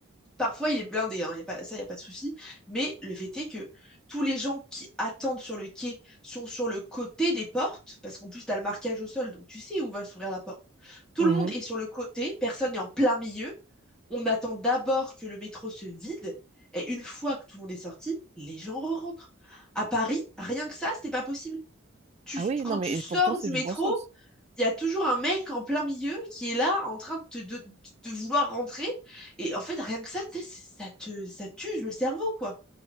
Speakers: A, in the centre; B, on the right (about 30°).
A: Parfois, il est blindé, hein, y a pas, ça, il n'y a pas de souci. Mais le fait est que tous les gens qui attendent sur le quai sont sur le côté des portes, parce qu'en plus, tu as le marquage au sol, donc tu sais où va s'ouvrir la porte. Tout
B: Mhm.
A: le monde est sur le côté, personne n'est en plein milieu. On attend d'abord que le métro se vide, et une fois que tout le monde est sorti, les gens rentrent. À Paris, rien que ça, c'était pas possible. Tu,
B: Ah oui,
A: quand
B: non, mais
A: tu sors
B: pourtant, c'est
A: du
B: du
A: métro,
B: bon sens.
A: il y a toujours un mec en plein milieu qui est là en train de, te- de, de vouloir rentrer. Et en fait, rien que ça, tu ça te, ça tue le cerveau, quoi.